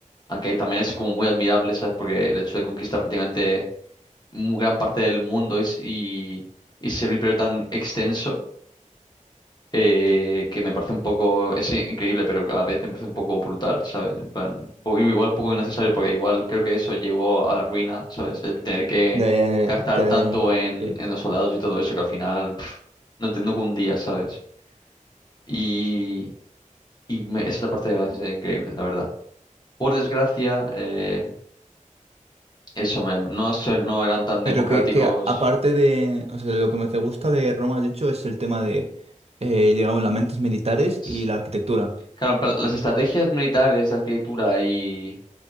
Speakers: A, on the left (about 30°); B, on the right (about 50°).
A: Aunque también es como muy admirable, ¿sabes? Porque el hecho de conquistar prácticamente muy gran parte del mundo y, s- y, y ser un imperio tan extenso, eh, que me parece un poco, es i- increíble, pero que a la vez me parece un poco brutal, ¿sabes? En plan, un poco- igual un poco innecesario, porque igual creo que eso llegó a la ruina, ¿sabes? El tener que
B: De,
A: gastar
B: de,
A: tanto en,
B: sí
A: en los soldados y todo eso, que al final pf, no, te- no cundía, ¿sabes? Y, y me- esa parte es increíble, la verdad. Por desgracia, eh, Eso, me- no, so- no eran tan
B: Pero
A: democráticos.
B: que, que a- aparte de, o sea, lo que me te gusta de Roma, has dicho, es el tema de, eh, digamos, las mentes militares
A: S-
B: y la arquitectura.
A: Claro, en plan, las estrategias militares, la arquitectura y,